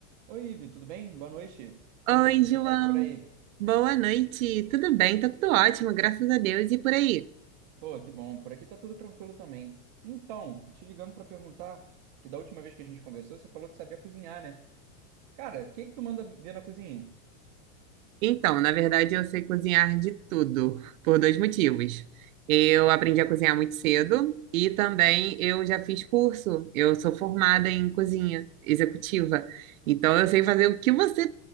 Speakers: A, on the right; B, on the right.
A: Oi, Ivi, tudo bem? Boa noite. Como
B: Oi,
A: estão
B: João.
A: as coisas por aí?
B: Boa noite. Tudo bem? Tá tudo ótimo, graças a Deus. E por aí?
A: Pô, que bom. Por aqui tá tudo tranquilo também. Então, te ligando pra perguntar, que da última vez que a gente conversou, você falou que sabia cozinhar, né? Cara, o que que tu manda ver na cozinha?
B: Então, na verdade, eu sei cozinhar de tudo, por dois motivos. Eu aprendi a cozinhar muito cedo e também eu já fiz curso. Eu sou formada em cozinha executiva. Então, eu sei fazer o que você